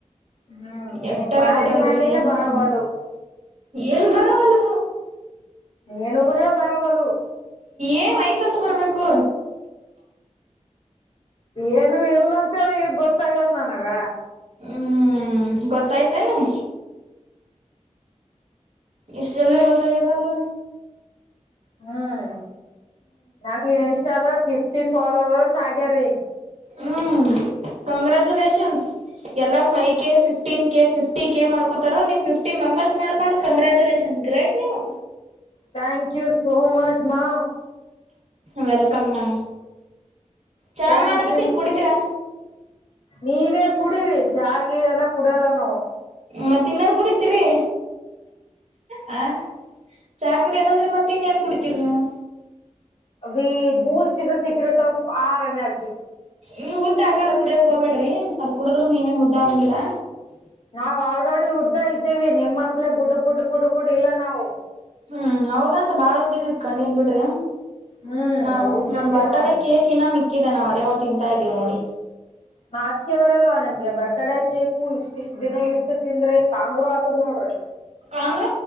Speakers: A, on the left; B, on the right.
A: ಹ್ಮ್
B: ಎಟ್ಟಾರೆ
A: ಹಿಂಗ್ ಮಾಡಿ
B: ಹದ್ರದು
A: ಮಾಡಿನೇ
B: ಎನ್ಸುದ
A: ಬರವಲು
B: ಏನ್ ಬರವಲ್ಲ
A: ಏನೊಬ್ಬನ ಬರಬಲು
B: ಏನ್ ಐತಂತ ಬರ್ಬೇಕು
A: ಏನು ಇಲ್ಲ ಅಂತೇಳಿ ಈಗ ಗೊತ್ತಾಗ್ಯದ ನನಗ
B: ಹ್ಮ್ ಗೊತ್ತಾಯ್ತೇನೆ ಇಷ್ಟು ಜಲ್ದಿ ಗೊತಾಗತಲ್ಲ
A: ಹ್ಮ್ ನಂಗಗೆ ಇನ್ಸ್ಟಾದ ಫಿಫ್ಟಿ ಫಾಲೋವರ್ಸ್ ಆಗ್ಯಾರೀಗ
B: ಹ್ಮ್ ಕಂಗ್ರಾಚುಲೇಷನ್ಸ್ ಎಲ್ಲಾ five K fifteen K fifty K ಮಾಡ್ಕೋತಾರ ನೀವು್ಫ್ಟಿ ಮ ನಂಬರ್ಸ್ ಮಾಡ್ಕೊಂಡು ಕಂಗ್ರಾಚುಲೇಷನ್ ಗ್ರೇಟ್ ನೀವು
A: ಥ್ಯಾಂಕ್ ಯು ಸೋ ಮಚ್ ಮಾ
B: ವೆಲ್ಕಮ ಮ್ಯಾಮ್ ಚಾ
A: ಥ್ಯಾಂಕ್
B: ಮಾಡಕತ್ತನ್
A: ಯು
B: ಕುಡಿತೀರಾ
A: ನೀವೇ ಕುಡೀರಿ ಚಾ ಹಾಗ ಎಲ್ಲ ಕುಡಲ್ಲ ನೋವು
B: ಮತ್ತ ಇನ್ನಾದ್ ಕುಡತಿರಿ ಹ ಚಹ ಕುಡಿಯಲ್ಲಂದ್ರೆ ಮತ್ತೆ ಇನ್ ಏನ್ ಕುಡಿತೀರಿ ನೀವು
A: ವಿ Boost is the secret of our energy
B: ನೀ್ ಉದ್ದ ಆಗಲ್ಲ ಕುಡಿಯಕ್ ಹೋಗಬೇಡ್ರಿ ಅದ ಕುಡುದ್ರೂ ನೀವೇನ್ ಉದ್ದ ಹಂಗಿಲ್ಲಾ
A: ನಾವ್ ಆಲ್ರೆಡಿ ಉದ್ದ ಇದ್ದೀವಿ ನಿಮ್ಮಪ್ಲೆೇ ಬುಡ್ ಬುಡ್ ಬುಡ್ ಬುಡ್ ಇಲ್ಲ ನಾವು
B: ಹ್ಮ್ ಹೌದಂತ ಬಾಳ ಉದ್ದಿದಿತ್ ಕಣ್ಣನ್ ಬಿಡ್ರಿ
A: ಹ್ಮ್
B: ನಾವವು
A: ಉದ್ದಿದ್ದೀವಿ
B: ನಮ ಬರ್ತಡ
A: ನಾವು.
B: ಕೇಕ್ ಇನ್ನ ಮಿಕ್ಕಿದೆ ನಾವವು ಅದೇ ತಿಂತಾ ಇದ್ದೀವಿ ನೋಡಿ
A: ನಾಚಕೆ ಬರಲ್ವಾ ನಮ್ಗೆ ಬರ್ತಡೇ ಕೇಕು ಇಷ್ಟ ಇಷ್ಟ ದಿನ ಇಟ್ಟು ತಿಂದ್ರಿ ಕಾಂಗ್ರರು ಆತದ್ ನೋಡ್ರಿ
B: ಕಾಂಗ್ರ